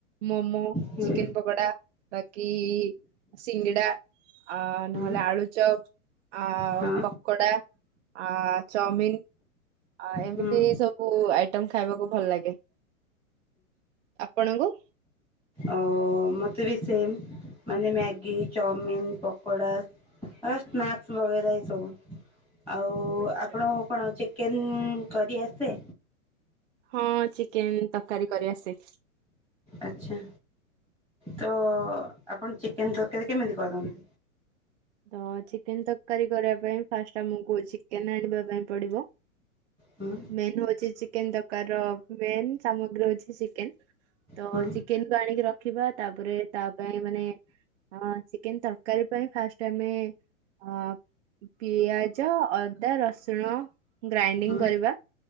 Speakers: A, on the right; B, in the centre.
A: ମୋମୋ
B: ହୁଁ
A: ଚିକେନ୍ ପକଡା। ବାକି ସିଙ୍ଗଡା ଅ
B: ହୁଁ
A: ନହେଲେ ଆଳୁଚପ୍। ଅ
B: ହଁ
A: ପକଡା ଅ ଚାଉମିିନ୍। ଆ ଏମିତି
B: ହୁଁ
A: ସବୁ ଆଇଟମ୍ ଖାଇବାକୁ ଭଲ ଲାଗେ ଆପଣଙ୍କୁ?
B: ଅ ମତେ ବି ସେମ୍ ମାନେ ମ୍ୟାଗି ଚାଉମିନ୍ ପକଡ଼ା। ଅ ସ୍ନାକ୍ସ ବଗେରା ଏସବୁ। ଆଉ
A: ଆଚ୍ଛା।
B: ଆପଣଙ୍କୁ କଣ ଚିକେନ୍ କରି ଆସେ?
A: ହଁ ଚିକେନ୍ ତରକାରୀ କରି ଆସେ।
B: ଆଚ୍ଛା ତ ଆପଣ ଚିକେନ୍ ତରକାରୀ କେମିତି କରନ୍ତି?
A: ତ ଚିକେନ୍ ତରକାରୀ କରିବା ପାଇଁ ଫାଷ୍ଟ ଆମକୁ ଚିକେନ୍ ଆଣିବା ପାଇଁ ପଡିବ।
B: ହୁଁ।
A: ମେନ୍ ହଉଛି ଚିକେନ୍ ତରକାରି ର ମେନ୍ ସାମଗ୍ରୀ ହଉଚି ଚିକେନ୍ ତ
B: ହୁଁ
A: ଚିକେନ୍ କୁ ଆଣିକି ରଖିବା ତାପରେ ତା ପାଇଁ ମାନେ ହଁ ଚିକେନ୍ ତରକାରୀ ପାଇଁ ଫାଷ୍ଟ ତମେ ଅ ପିଆଜ ଅଦା ରସୁଣ ଗ୍ରାଇଣ୍ଡିଙ୍ଗ
B: ହୁଁ
A: କରିବା